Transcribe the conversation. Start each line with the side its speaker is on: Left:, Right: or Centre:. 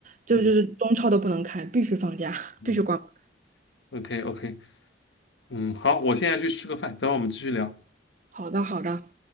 Right: 就就是中超都不能开，
Left: 嗯
Right: 必须放假，
Left: 嗯
Right: 必须关门。
Left: ，OK OK，嗯，好，我现在去吃个饭，等会儿我们继续聊。
Right: 好的好的。